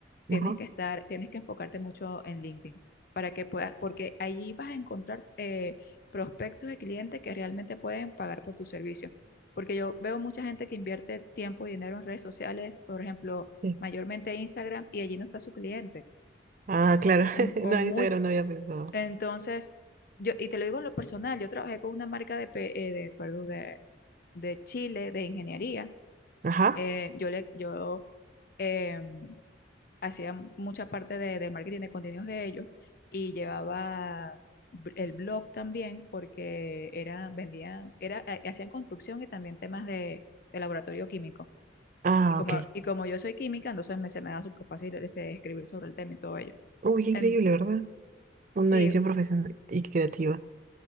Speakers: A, on the left; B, on the right.
A: tienes
B: Ajá,
A: que estar, tienes que enfocarte mucho en LinkedIn para que puedas, porque allí vas a encontrar eh, prospectos de clientes que realmente pueden pagar por tu servicio. Porque yo veo mucha gente que invierte tiempo y dinero en redes sociales, por ejemplo,
B: sí.
A: mayormente Instagram, y allí no está su cliente.
B: Ah, claro,
A: O,
B: <laughs>
A: mm,
B: no,
A: o muy,
B: en Instagram no había pensado.
A: entonces, yo, y te lo digo en lo personal, yo trabajé con una marca de, pe- eh, de, perdón, de, de Chile, de ingeniería.
B: Ajá.
A: eh, yo le, yo eh, hacía mucha parte de, de marketing de contenidos de ellos y llevaba b- el blog también porque era, vendían, era, ha- hacían construcción y también temas de, de laboratorio químico.
B: Ah,
A: Y como,
B: ok.
A: y como yo soy química, entonces me, se me da súper fácil este, escribir sobre el tema y todo ello.
B: Uy, qué
A: En,
B: increíble, ¿verdad? Una
A: sí,
B: visión profesional y creativa.